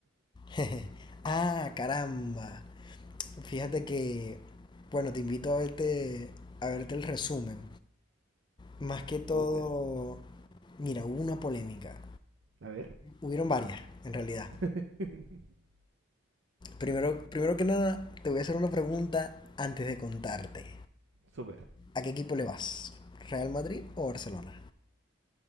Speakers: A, on the left; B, on the right.
A: <laughs> ah, caramba. Fíjate que, bueno, te invito a verte, a verte el resumen. Más que todo,
B: Súper.
A: mira, hubo una polémica.
B: A ver.
A: Hubieron varias, en realidad.
B: <laughs>
A: Primero, primero que nada, te voy a hacer una pregunta antes de contarte.
B: Súper.
A: ¿A qué equipo le vas? ¿Real Madrid o Barcelona?